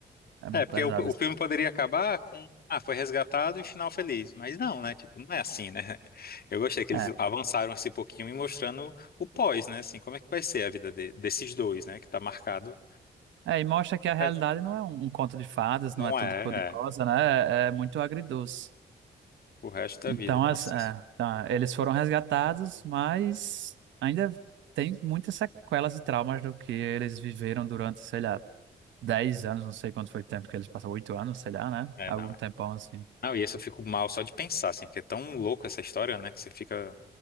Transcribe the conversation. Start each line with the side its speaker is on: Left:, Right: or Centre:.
Right: é muito
Left: É, porque
Right: pesado.
Left: o, o filme poderia acabar com. Ah, foi resgatado e final feliz. Mas não, né? Tipo, não é assim, né? <laughs> Eu gostei que
Right: É.
Left: eles avançaram esse pouquinho e mostrando o pós, né? Assim, como é que vai ser a vida de- desses dois, né? Que tá marcado.
Right: É, e mostra que a realidade
Left: Mas
Right: não é um, um conto de fadas,
Left: Não
Right: não é tudo
Left: é,
Right: cor-de-rosa,
Left: é.
Right: né? É, é muito agridoce.
Left: O resto
Right: Então,
Left: da vida. Nossa.
Right: as, é,
Left: isso-
Right: tá, eles foram resgatados, mas ainda tem muitas sequelas e traumas do que eles viveram durante, sei lá, 10 anos, não sei quanto foi o tempo que eles passaram, 8 anos, sei lá, né?
Left: É,
Right: Algum
Left: não é.
Right: tempão assim.
Left: Não, e esse eu fico mal só de pensar, assim, porque é tão louco essa história, né? Que você fica.